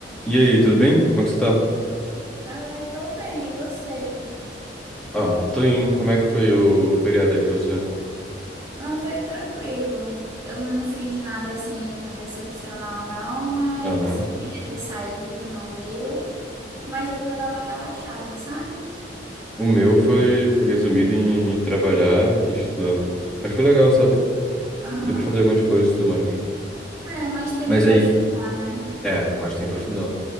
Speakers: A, in the centre; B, on the right (about 15°).
A: E aí, tudo bem? Como é que você tá?
B: Ah, eu tô bem, e você?
A: Ah, tô indo. Como é que foi o feriado aí pra você?
B: Não, foi tranquilo. Eu não fiz nada assim muito excepcional, não, mas
A: Aham.
B: queria ter saído, não deu. Mas deu pra dar uma relaxada, sabe?
A: O meu foi, foi resumido em trabalhar e estudar. Mas foi legal, sabe?
B: Aham.
A: Deu pra fazer algumas coisas e tudo mais.
B: É, mais tempo
A: Mas
B: pra
A: aí,
B: estudar, né?
A: é, mais tempo pra estudar.